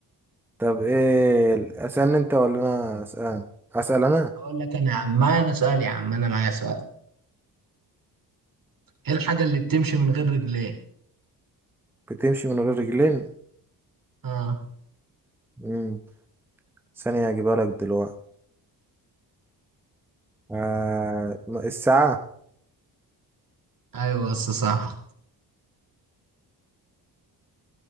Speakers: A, in the centre; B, on the right.
A: طب ايه ال- اسألني انت ولا انا اسأل اسأل انا
B: اقول لك انا يا عم معايا انا سؤال يا عم انا معايا سؤال ايه الحاجه اللي بتمشي من غير رجلين
A: بتمشي من غير رجلين
B: اه
A: مم. ثانية هجيبها لك دلوقتي آه الساعة
B: ايوه بس صح